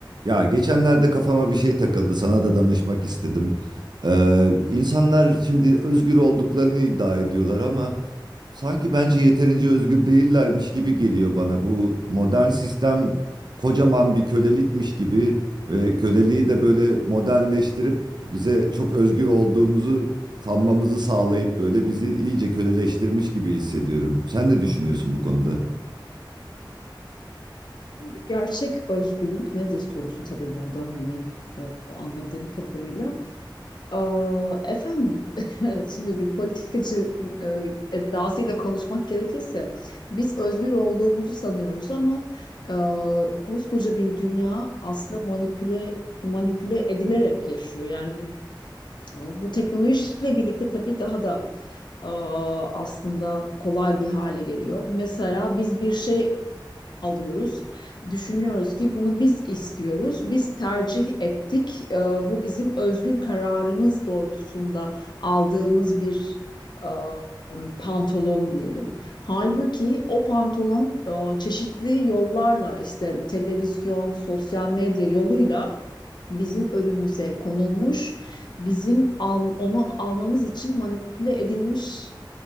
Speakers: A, on the right; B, on the left.
A: Ya geçenlerde kafama bir şey takıldı, sana da danışmak istedim. Ee, insanlar şimdi özgür olduklarını iddia ediyorlar ama sanki bence yeterince özgür değillermiş gibi geliyor bana. Bu modern sistem kocaman bir kölelikmiş gibi ve köleliği de böyle modernleştirip bize çok özgür olduğumuzu sanmamızı sağlayıp böyle bizi iyice köleleştirmiş gibi hissediyorum. Sen ne düşünüyorsun bu konuda?
B: Şimdi gerçek özgürlük nedir sorusu tabii burada hani e, anladığım kadarıyla. Aa, efendim <laughs> şimdi bir politikacı e, edasıyla konuşmak gerekirse biz özgür olduğumuzu sanıyoruz ama e, koskoca bir dünya aslında manipüle manipüle edilerek yaşıyor. Yani bu teknolojiyle birlikte tabii daha da e, aslında kolay bir hale geliyor. Mesela biz bir şey alıyoruz. Düşünüyoruz ki bunu biz istiyoruz, biz tercih ettik. Ee, bu bizim özgür kararımız doğrultusunda aldığımız bir e, pantolon diyelim. Halbuki o pantolon e, çeşitli yollarla işte televizyon, sosyal medya yoluyla bizim önümüze konulmuş, bizim al- onu almamız için manipüle edilmiş